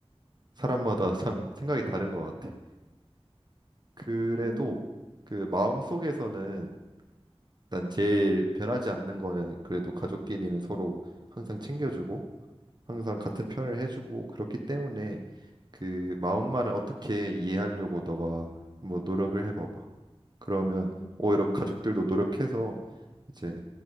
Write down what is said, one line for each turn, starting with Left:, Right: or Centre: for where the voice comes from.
Right: 사람마다 <laughs> 참 생각이 다른 것 같아. 그래도
Left: 음,
Right: 그 마음 속에서는 난 제일 변하지 않는 거는 그래도 가족끼리는 서로 항상 챙겨주고 항상 같은 편을 해주고 그렇기 때문에 그 마음만을 어떻게 이해하려고 너가 한번 노력을 해봐봐. 그러면
Left: 음,
Right: 오히려 가족들도
Left: 음.
Right: 노력해서 이제